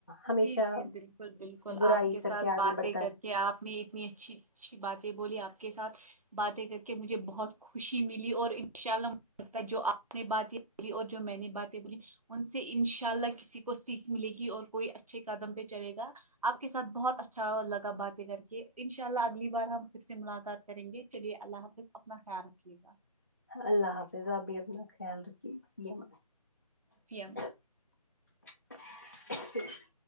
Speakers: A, on the left (about 30°); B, on the right (about 65°).
A: ہمیشہ
B: جی جی بالکل بالکل
A: برائی
B: آپ کے ساتھ
A: کر آگے
B: باتیں
A: بڑھتا
B: کر
A: رہتا
B: کہ آپ نے اتنی اچھی اچھی باتیں بولی آپ کے ساتھ باتیں کر کے مجھے بہت خوشی ملی اور ان شاء اللہ مجھے لگتا ہے جو آپ نے باتیں بولی اور جو میں نے باتیں بولی ان سے ان شاء اللہ کسی کو سیکھ ملے گی اور کوئی اچھے قدم پہ چلے گا آپ کے ساتھ بہت اچھا لگا باتیں کر کے ان شاء اللہ اگلی بار ہم پھر سے ملاقات کریں گے چلیے اللہ حافظ اپنا خیال رکھیے گا
A: اللہ حافظ اب بھی اپنا خیال رکھیے فی امان اللہ
B: فی امان اللہ
A: ی <inaudible>